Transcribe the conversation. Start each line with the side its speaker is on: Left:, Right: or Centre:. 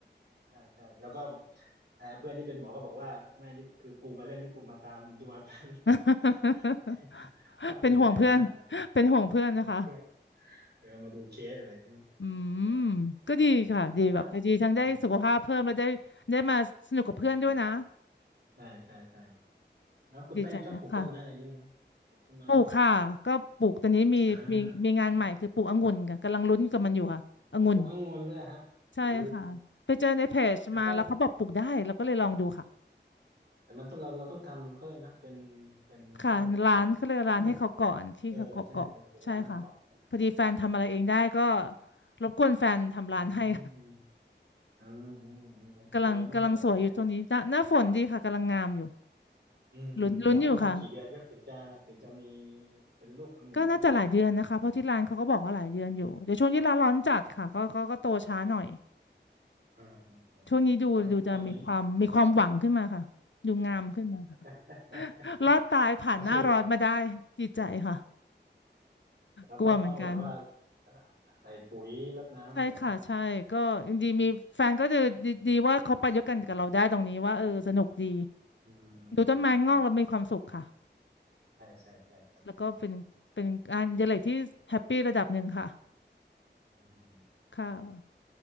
Right: ใช่ใช่แล้วก็เออเพื่อนที่เป็นหมอก็บอกว่าไม่นี่คือกูมาเล่นนี่กูมาตามดูอาการ
Left: <laughs>
Right: <laughs> อะไรภาพเป็นยังไงบ้างอะไร
Left: เป็นห่วงเพื่อนเป็นห่วงเพื่อนนะคะ
Right: ของเพื่อนเออมาดูเคสอะไรเงี้ยเป็นยังไงบ้าง
Left: อืมก็ดีค่ะดีแบบดีทั้งได้สุขภาพเพิ่มแล้วได้ได้มาสนุกกับเพื่อนด้วยนะ
Right: แล้วอืมอืมอืมใช่ใช่ใช่แล้วคุณแป้งชอบปลูกต้นไม้อะไรเงี้ยไหมปลูกต้นไม้
Left: ดีใจนะค่ะปลูกค่ะก็ปลูกตอนนี้มีมีมีงานใหม่คือปลูกองุ่นค่ะกำลังลุ้นกับมันอยู่ค่ะองุ่น
Right: อ่าปลูกองุ่นเลยเหรอครับโอ้
Left: ใช่ค่ะไปเจอในเพจมาแล้วเขาบอกปลูกได้เราก็เลยลองดูค่ะ
Right: แต่ว่าแต่มันต้องเราเราต้องทำเขาเลยกนะเป็นเป็นเขาเรียกว่าอะไร
Left: ค่ะร้านเขาเรียกร้านให้เขาก่อนที่เขาเกาะเกาะใช่ค่ะ
Right: ให้มันเออใช่ไหมเออเป็นร้านในเกาะใช่ไหมอืม
Left: พอดีแฟนทำอะไรเองได้ก็รบกวนแฟนทำร้านให้
Right: อืม
Left: <laughs>
Right: อืมอืมอืมโอเคน่าสนใจ
Left: กำลังกำลังสวยอยู่ตรงนี้หน้าหน้าฝนดีค่ะกำลังงามอยู่
Right: อืมอืมแล้วประมาณกี่เดือนครับถึงจะถึงจะมี
Left: ลุ้นลุ้นอยู่ค่ะ
Right: เป็นลูกองุ่นให้ทานได้
Left: ก็น่าจะหลายเดือนนะคะเพราะที่ร้านเขาก็บอกว่าหลายเดือนอยู่เดี๋ยวช่วงที่ร้านร้อนจัดค่ะก็ก็ก็โตช้าหน่อย
Right: อ่าอ่าอ่าอ่าแล้วตอนนี้
Left: ช่วงนี้ดูดูจะมีความมีความหวังขึ้นมาค่ะดูงามขึ้นมาค่ะ
Right: <laughs>
Left: รอดตายผ่านหน้าร้อนมาได้ดีใจค่ะ
Right: ก็คือแล้วก็ต้องแบบว่า
Left: กลัวเหมือนกัน
Right: เอ่อใส่ปุ๋ยรดน้ำอะไรใช่ไหม
Left: ใช่ค่ะใช่ก็ยังดีมีแฟนก็จะดีดีว่าเขาไปด้วยกันกับเราได้ตรงนี้ว่าเออสนุกดี
Right: อืมอืมอืมอืม
Left: ดูต้นไม้งอกแล้วมีความสุขค่ะ
Right: ใช่ใช่ใช่ครับ
Left: แล้วก็เป็นเป็นงานอดิเรกที่แฮปปี้ระดับหนึ่งค่ะ
Right: อืมอืม
Left: ค่ะ
Right: อืม